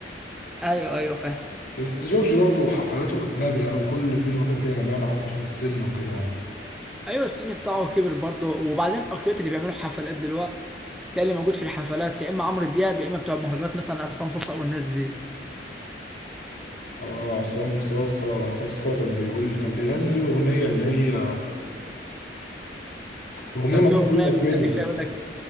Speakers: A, in the centre; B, on the left (about 55°).
A: ايوه ايوه فاهم
B: بس جورج برضو حفلاته نادرة أوي كل فين وفين كده لما يعمل حفلة عشان السن وكده يعني
A: ايوه السن بتاعه كبر برضه وبعدين اكترية اللي بيعملوا حفلات دلوقتي تلاقي اللي موجود في الحفلات يا اما عمرو دياب يا اما بتوع المهرجانات مثلا عصام صاصا والناس دي
B: اه عصام صاصة عصام صاصة كان بيقول كان بيغني له أغنية اللي هي كانت أغنية
A: كان
B: مشهورة
A: في اغنيه بيغني
B: كده
A: فيها يقول لك